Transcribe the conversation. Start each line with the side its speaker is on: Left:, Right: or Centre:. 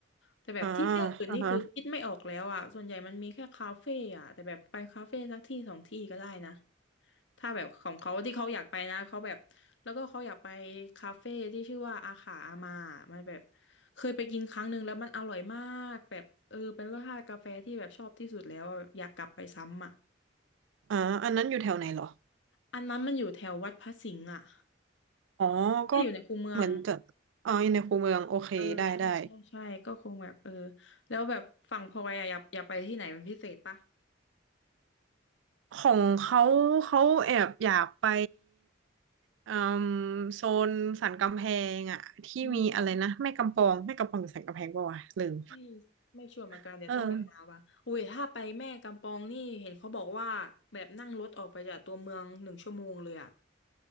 Left: แต่แบบที่เที่ยวอื่นนี่คือคิดไม่ออกแล้วอ่ะส่วนใหญ่มันมีแค่คาเฟ่อ่ะแต่แบบไปคาเฟ่สักที่สองที่ก็ได้นะ
Right: อ่าอ่าฮะ
Left: ถ้าแบบของเขาที่เขาอยากไปนะเขาแบบแล้วก็เขาอยากไปคาเฟ่ที่ชื่อว่าอาขาอามามันแบบเคยไปกินครั้งหนึ่งแล้วมันอร่อยมากแบบเออเป็นรสชาติกาแฟที่แบบชอบที่สุดแล้วอะแบบอยากกลับไปซ้ำอ่ะ
Right: อ่าอันนั้นอยู่แถวไหนเหรอ
Left: อันนั้นมันอยู่แถววัดพระสิงห์อ่ะ
Right: อ๋อก็
Left: ก็อยู่ในคูเมือง
Right: เหมือนจะอ๋ออยู่ในคูเมืองโอเคได้ได้
Left: เออใช่ใช่ใช่ก็คงแบบเออแล้วแบบฝั่งพลอยอะอยากอยากไปที่ไหนเป็นพิเศษปะ
Right: ของเขาเขาแอบอยากไปเอ่มโซนสันกำแพงอะที่มีอะไรนะแม่กำปองแม่กำปองหรือสันกำแพงป่าวะลืม
Left: อืมไม่ไม่ชัวร์เหมือนกันเดี๋ยวต้องไปหาว่ะอุ้ยถ้าไปแม่กำปองนี่เห็นเขาบอกว่าแบบนั่งรถออกไปจากตัวเมืองหนึ่งชั่วโมงเลยอะ
Right: <laughs> เออ